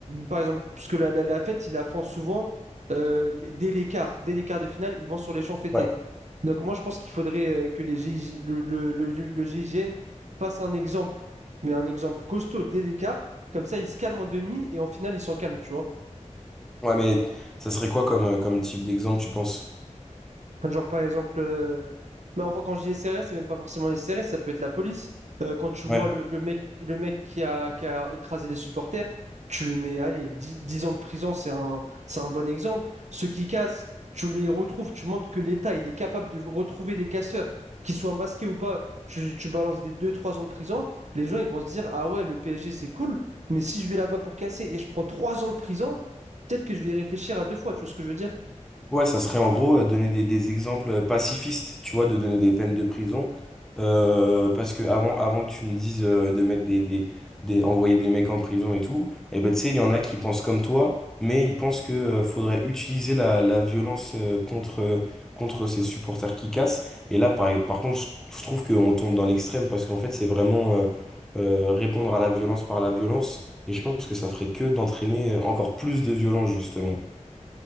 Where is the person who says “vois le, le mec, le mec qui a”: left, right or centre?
Right